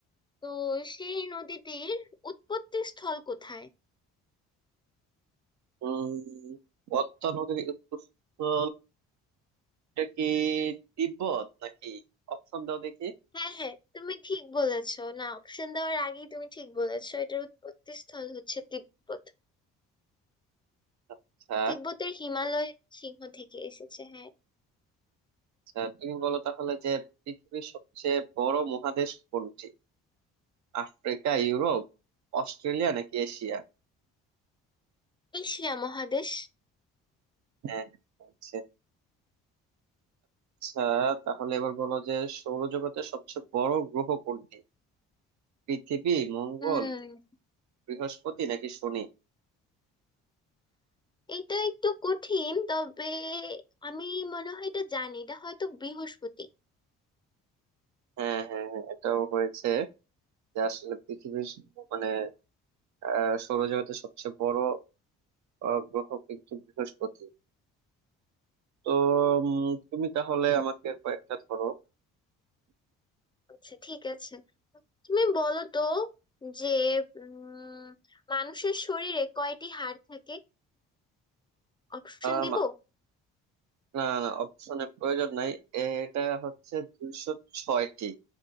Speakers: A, on the left (about 15°); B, on the right (about 70°).
A: তো সেই নদীটির উৎপত্তি স্থল কোথায়
B: উম পদ্মা নদীর উৎপস্থলটা কি তিব্বত নাকি অপশন দাও দেখি
A: হ্যাঁ হ্যাঁ তুমি ঠিক বলেছো না অপশন দেওয়ার আগেই তুমি ঠিক বলেছো এটার উৎপত্তি স্থল হচ্ছে তিব্বত
B: আচ্ছা
A: তিব্বতের হিমালয় সিংহ থেকে এসেছে হ্যাঁ
B: আচ্ছা তুমি বলো তাহলে যে পৃথিবীর সবচেয়ে বড় মহাদেশ কোনটি আফ্রিকা ইউরোপ অস্ট্রেলিয়া নাকি এশিয়া
A: এশিয়া মহাদেশ
B: হ্যাঁ আচ্ছা আচ্ছা তাহলে এবার বলো যে সৌরজগতের সবচেয়ে বড় গ্রহ কোনটি পৃথিবী মঙ্গল
A: হুম
B: বৃহস্পতি নাকি শনি
A: এটা একটু কঠিন তবে আমি মনে হয় এটা জানি এটা হয়তো বৃহস্পতি
B: হ্যাঁ হ্যাঁ হ্যাঁ এটাও হয়েছে যে আসলে পৃথিবীর মানে আহ, সৌরজগতের সবচেয়ে বড় আহ, গ্রহ কিন্তু বৃহস্পতি তো উম, তুমি তাহলে আমাকে কয়েকটা ধরো
A: আচ্ছা ঠিক আছে তুমি বলো তো যে উম মানুষের শরীরে কয়টি হাড় থাকে অপশন
B: আম,
A: দিব
B: না না অপশনের প্রয়োজন নাই এটা হচ্ছে দুইশো ছয়টি